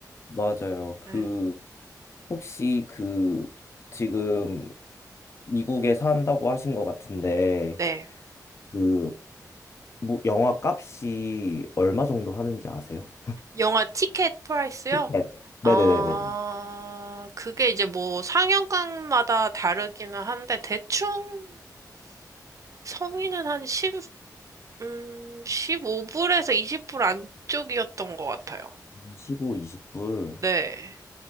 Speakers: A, on the left; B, on the right.
A: 맞아요. 그
B: 네.
A: 혹시 그 지금 미국에 산다고 하신 것 같은데
B: 네.
A: 그 무- 영화 값이 얼마 정도 하는지 아세요?
B: 영화 티켓 프라이스요?
A: 네. 네네네네.
B: 아, 그게 이제 뭐 상영관마다 다르기는 한데 대충 성인은 한1 음, 5불에서 20불 안쪽이었던 것 같아요.
A: 15, 20불.
B: 네.